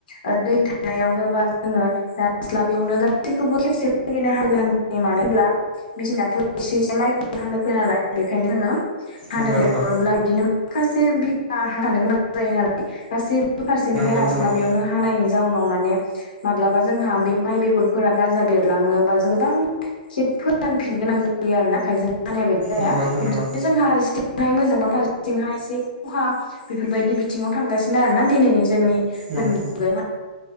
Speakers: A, on the left; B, on the right.
A: ओ दै थानायावनो बा जोङो जास्लाबियावनो गासैखौबो खेबसे लागिनो हानो गोनां जायो मानो होनब्ला मेचिनाथ एसे एसे माइखौबो हानो फैया नालाय बेखायनो जोङो हानो
B: नंगौ
A: लिंहरोब्ला
B: नंगौ
A: बिदिनो माखासे बिगा हाखानो गोनां जायो नालाय गासैबो फारसेनिफ्राय
B: नंगौ
A: रास्लाबियावनो
B: नोंथां
A: हानायनि जाउनाव माने माब्लाबा जोंहा बे माइ बेगरफोरा गाजा बेरलाङो बा गोबां खेब फोरानफिनो गोनां जायो आरोना आखाइजों हानाय बायदि जाया
B: नंगौ नोंथां
A: बिदिनो
B: नंगौ
A: जोंहा फारसेथिंहाय मोजां बा फार सेथिंहाय जोंहा एसे खहा बेफोरबायदि बिथिङाव थांगासिनो आरोना दिनैनि जोंनि
B: नंगौ
A: गोदोन मुगायावहाय